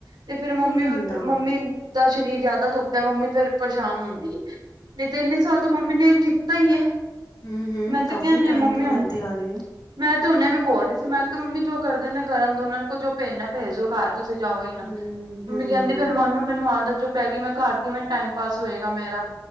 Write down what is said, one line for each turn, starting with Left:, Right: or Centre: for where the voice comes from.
Right: ਤੇ ਫੇਰ ਮੰਮੀ-ਮੰਮੀ
Left: ਨਹੀਂ ਹੁੰਦਾ
Right: ਦਾ ਸਰੀਰ ਜਿਆਦਾ ਦੁਖਦਾ ਮੰਮੀ ਫੇਰ ਪਰੇਸ਼ਾਨ
Left: ਹਮ
Right: ਹੁੰਦੀ ਹੈ, ਨਹੀਂ ਤੇ ਇੰਨੇ ਸਾਲ ਤੋਂ ਮੰਮੀ ਨੇ ਕੀਤਾ ਹੀ।
Left: ਹੂੰ-ਹੂੰ,
Right: ਮੈਂ ਤਾਂ
Left: ਕਾਫੀ
Right: ਕਹਿਣੀ
Left: ਟਾਈਮ
Right: ਆ ਮੰਮੀ
Left: ਤੋਂ ਕਰਦੇ
Right: ਹੁਣ
Left: ਆ ਰਹੇ ਨੇ।
Right: ਮੈਂ ਤੇ ਉਹਨੇ ਵੀ ਬੋਲ ਰਹੀ ਸੀ, ਮੈਂ ਕਿਹਾ ਮੰਮੀ ਜੋ ਕਰਦੇ ਨੇ ਕਰਨ ਦੋ ਉਹਨਾਂ ਕੋਲ ਜੋ ਪੇਜਨਾ ਭੇਜੋ ਦੋ ਘਰ, ਤੁਸੀਂ ਜਾਓ ਹੀ ਨਾ,
Left: ਹਮ ਹਮ
Right: ਮੰਮੀ ਕਹਿੰਦੀ ਫਿਰ ਮਨੂੰ ਮੈਨੂੰ ਆਦਤ ਜੋ ਪੈਗੀ, ਮੈਂ ਕਰਰ ਕੇ ਮੈਂ ਟਾਈਮ ਪਾਸ ਹੋਏਗਾ ਮੇਰਾ।